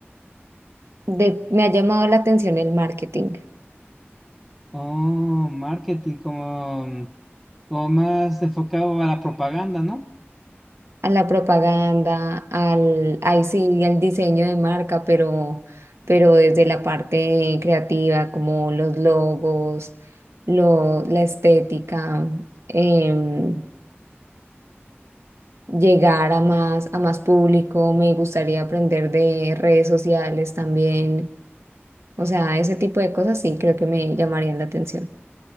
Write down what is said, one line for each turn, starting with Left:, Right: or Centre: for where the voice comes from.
Right: De- me ha llamado la atención el marketing,
Centre: Oh, marketing, como, como más enfocado a la propaganda, ¿no?
Right: a la propaganda, al, ahí sí, al diseño de marca, pero, pero desde la parte creativa, como los logos, lo, la estética. em, llegar a más, a más público, me gustaría aprender de redes sociales también, o sea, ese tipo de cosas sí creo que me llamarían la atención.